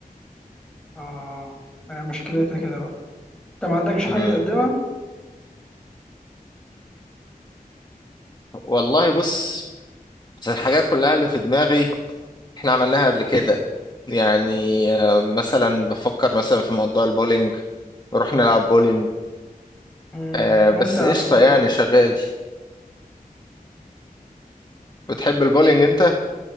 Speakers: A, in the centre; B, on the left.
A: اه ما هي مشكلتها كده بقى انت ما عندكش حاجة
B: مم.
A: تقدمها
B: والله بص بس الحاجات كلها اللي في دماغي احنا عملناها قبل كده يعني آه، مثلا بفكر مثلا في موضوع البولينج نروح نلعب بولينج
A: مم،
B: آه،
A: ممتع
B: بس قشطة
A: على فكرة
B: يعني شغال بتحب البولينج انت؟